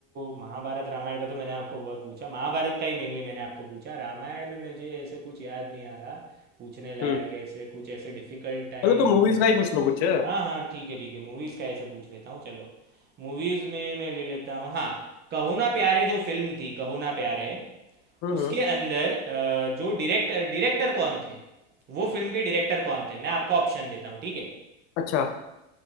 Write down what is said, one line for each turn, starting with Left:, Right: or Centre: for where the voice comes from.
Right: महाभारत रामायण का तो मैंने आपको बहुत पूछा महाभारत का ही मेनली मैंने आपको पूछा रामायण में मुझे ऐसे कुछ याद नहीं आ रहा पूछने लायक
Left: हम्म
Right: ऐसे कुछ ऐसे डिफिकल्ट टाइप
Left: चलो तो मूवीज का ही पूछ लो कुछ
Right: हाँ हाँ ठीक है ठीक है मूवीज़ का ऐसे पूछ लेता हूँ चलो मूवीज़ में मैं ले लेता हूँ हाँ कहो ना प्यारे जो फिल्म थी कहो ना प्यारे
Left: हम्म
Right: उसके
Left: हम्म,
Right: अंदर अ, जो डायरेक्टर डायरेक्टर कौन थे वो फिल्म के डायरेक्टर कौन थे मैं आपको ऑप्शन देता हूँ ठीक है
Left: अच्छा